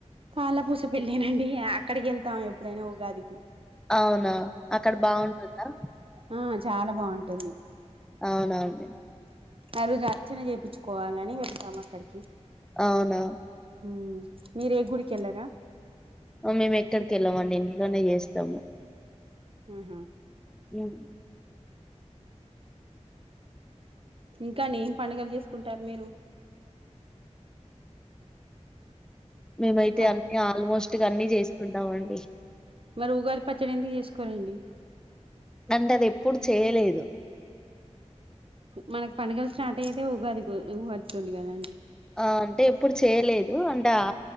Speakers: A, on the right; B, in the centre.
A: తాళ్ళ పసుపు పెళ్ళనండి అక్కడికి వెళ్తాం ఎప్పుడైనా ఉగాదికి
B: అవునా అక్కడ బాగుంటుందా
A: ఆ చాలా బాగుంటుంది
B: అవునా అండి
A: ఆ రోజు అర్చన చేపించుకోవాలి అని వెళ్లినం అక్కడికి
B: అవునా
A: హ మీరే గుడికిెలారా
B: మేము ఎక్కడికి వెళ్లమండి ఇంట్లోనే చేస్తాము
A: ఆహా
B: మ్మ్
A: ఇంకా అండి ఏం పండగలు చేసుకుంటారు మీరు
B: మేమైతే
A: హ
B: అన్నిీ ఆల్మోస్ట్గా అన్ని చేస్తుంటాం అండి
A: మరి ఉగాది పచ్చడి ఎందు చేసుకోరండి
B: అంటే అది ఎప్పుడు చేయలేదు
A: మనకు పండగలు స్టార్ట్ అయ్యేదే ఉగాది రోజు ఉగాది తోటి కదండీ
B: ఆ అంటే ఎప్పుడు చేయలేదు అంటే ఆ